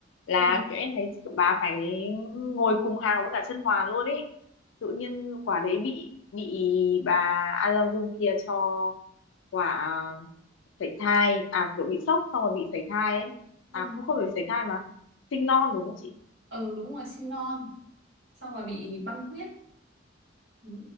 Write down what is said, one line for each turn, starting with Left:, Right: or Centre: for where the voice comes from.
Left: là
Right: ừ
Left: kiểu em thấy tụi bà phải ngồi cùng hàng với cả Chân Hoàn luôn ấy tự nhiên quả đấy bị bị bà An Lăng Dung kia cho quả à, sảy thai à kiểu bị sốc xong rồi bị sảy thai ấy
Right: ừ
Left: à không không phải sảy thai mà sinh non đúng không chị
Right: ừ đúng rồi sinh non xong rồi bị băng huyết Ừ,